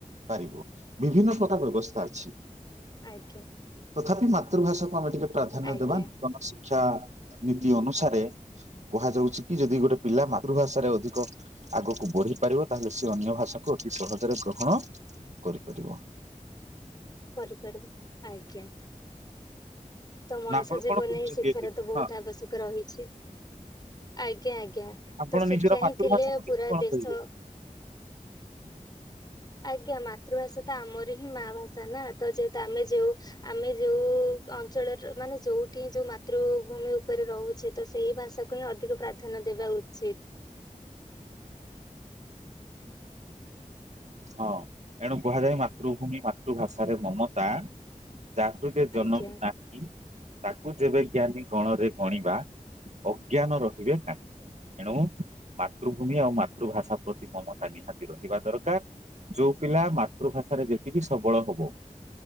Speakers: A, on the right; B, on the left.
A: ପାରିବ, ବିଭିନ୍ନ ପ୍ରକାର ବ୍ୟବସ୍ଥା ଅଛି।
B: ଆଜ୍ଞା।
A: ତଥାପି ମାତୃଭାଷାକୁ ଆମେ ଟିକେ ପ୍ରାଧାନ୍ୟ
B: ଆଜ୍ଞା
A: ଦେବା, ନୂତନ ଶିକ୍ଷା ନୀତି ଅନୁସାରେ କୁହାଯାଉଛି କି, ଯଦି ଗୋଟେ ପିଲା ମାତୃଭାଷାରେ ଅଧିକ ଆଗକୁ ବଢି ପାରିବ, ତାହେଲେ ସିଏ ଅନ୍ୟ ଭାଷାକୁ ଅତି ସହଜରେ ଗ୍ରହଣ କରିପାରିବ।
B: କରି ପାରିବ ଆଜ୍ଞା। ତ ମଣିଷ
A: ନା ଆପଣ
B: ଜୀବନ
A: କଣ କହୁଛନ୍ତି
B: ହିଁ ଶିକ୍ଷାର
A: ଏ ଦିଗରେ
B: ତ ବହୁତ
A: ହଁ
B: ଆବଶ୍ୟକ ରହିଛି। ଆଜ୍ଞା ଆଜ୍ଞା,
A: ଆପଣ
B: ତ ଶିକ୍ଷା
A: ନିଜର ମାତୃଭାଷାକୁ
B: ହିଁ ଥିଲେ
A: ନେଇକି
B: ପୁରା
A: କଣ
B: ଦେଶ
A: କହିବେ?
B: ଆଜ୍ଞା ମାତୃଭାଷା ତ ଆମର ହିଁ ମା ଭାଷା ନା, ତ ଯେହେତୁ ଆମେ ଯୋଉ ଆମେ ଯୋଉ ଅ ଅଞ୍ଚଳରେ ମାନେ ଯୋଉଠି ଯୋଉ ମାତୃଭୂମି ଉପରେ ରହୁଛେ, ତ ସେଇ ଭାଷାକୁ ହିଁ ଅଧିକ ପ୍ରା ଧ୍ୟାନ ଦେବା ଉଚିତ୍।
A: ହଁ ଏଣୁ କୁହାଯାଏ, ମାତୃଭୂମି ମାତୃଭାଷାରେ ମମତା ଯାହୃଦେ ଜନମି
B: ଆଜ୍ଞା
A: ନାହିଁ ତାକୁ ଯେବେ ଜ୍ଞାନୀ ଗଣରେ ଗଣିବା ଅଜ୍ଞାନ ରହିବେ କାହିଁ। ଏଣୁ ମାତୃଭୂମି ଆଉ ମାତୃଭାଷା ପ୍ରତି ମମତା ନିହାତି ରହିବା ଦରକାର। ଯୋଉ ପିଲା ମାତୃଭାଷାରେ ଯେତିକି ସବଳ ହବ,